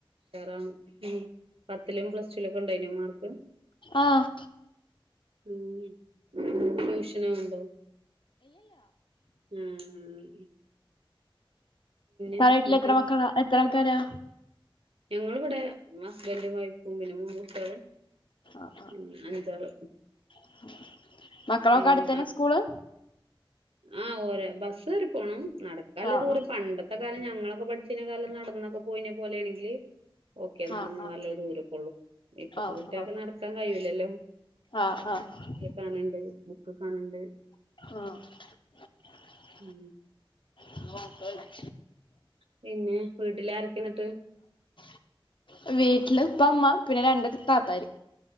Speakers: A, on the right; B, on the left.
A: വേറേ മ്മ് പത്തിലും പ്ലസ്ടൂലൊക്കണ്ടായിരുന്നോ മാർക്ക്‌
B: <inaudible> ആ
A: ഉം കൺഫ്യൂഷനാവ്ണ്ടോ? ആയി
B: തറവാട്ടിവീട്ടില്
A: എന്നിട്ട്
B: എത്ര മക്കളാ എത്ര ആൾക്കാരാ?
A: ഞങ്ങളിവിടെ ഹസ്ബൻറും വൈഫും പിന്നെ മൂന്ന് കുട്ടിയളും
B: ആഹാ
A: ഉം അഞ്ചാള്
B: <inaudible> മക്കളൊക്കെ
A: പിന്നെ
B: അടുത്തന്നെ സ്കൂള്
A: ആ ഓര ബസ് കേറി പോണം നട ക്കാള്ള
B: ആഹ്
A: ദൂരം പണ്ടത്ത കാലം ഞങ്ങളൊക്കെ പഠിച്ചീനകാലം നടന്നൊക്കെ പോയിനെ പോലൊണെങ്കില് ഓക്കെ നടന്നുപോവാളെള
B: ആഹ് ആഹ്
A: ദൂരൊപ്പുള്ളു, ഇപ്പൊത്തെ
B: ആഹ്
A: കുട്ട്യാൾക്ക്
B: ആഹ്
A: നടക്കാൻ കയ്യൂലല്ലോ.
B: ആഹ് ആഹ് <inaudible>
A: കാണേണ്ട് ബുക്കൊക്കേ കാണേണ്ട്
B: ആഹ് <inaudible>
A: മ്
B: ഇന്ന് ഒൻക്കലെനി
A: പിന്നെ! വീട്ടില് ആരൊക്കേ എന്ന്ട്ട്
B: <inaudible> വീട്ട്ല് ഇപ്പ ഇമ്മ പിന്നെ രണ്ട് താത്താര്